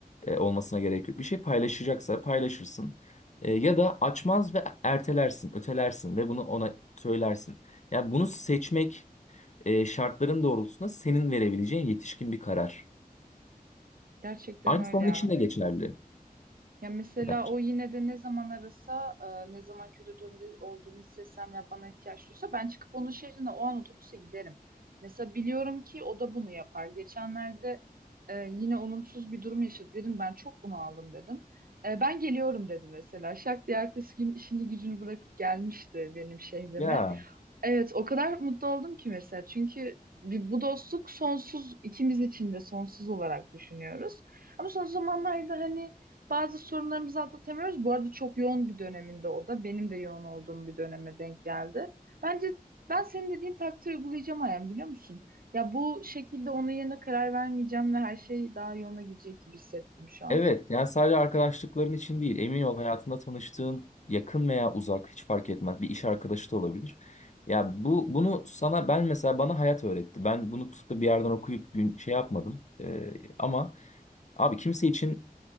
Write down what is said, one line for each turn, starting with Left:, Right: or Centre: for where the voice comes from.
Left: E, olmasına gerek yok. Bir şey paylaşacaksa paylaşırsın. E, ya da açmaz ve ertelersin, ötelersin ve bunu ona söylersin. Yani bunu seçmek e, şartların doğrultusunda senin verebileceğin yetişkin bir karar.
Right: Gerçekten
Left: Aynı
Right: öyle
Left: onun
Right: ya.
Left: için de geçerli.
Right: Ya mesela
Left: Bence.
Right: o yine de ne zaman arasa, e, ne zaman kötü durumda olduğunu hissetsem ve bana ihtiyaç duysa ben çıkıp onun şehrine o an otobüse giderim. Mesela biliyorum ki o da bunu yapar. Geçenlerde e, yine olumsuz bir durum yaşadı. Dedim ben çok bunaldım dedim. E, ben geliyorum dedi mesela. Şak diye ertesi gün işini gücünü bırakıp gelmişti benim şehrime.
Left: Ya
Right: Evet o kadar mutlu oldum ki mesela. Çünkü bir- bu dostluk sonsuz ikimiz için de sonsuz olarak düşünüyoruz. Ama son zamanlarda hani bazı sorunlarımızı atlatamıyoruz. Bu arada çok yoğun bir döneminde o da. Benim de yoğun olduğum bir döneme denk geldi. Bence ben senin dediğin taktiği uygulayacağım Ayhan biliyor musun? Ya bu şekilde onun yerine karar vermeyeceğim ve her şey daha yoluna gidecek gibi hissettim şu an.
Left: Evet, yani sadece arkadaşlıkların için değil, emin ol hayatında tanıştığın yakın veya uzak hiç fark etmez bir iş arkadaşı da olabilir. Ya bu bunu sana ben mesela bana hayat öğretti. Ben bunu tutup da bir yerden okuyup gün, şey yapmadım. Ee, ama abi kimse için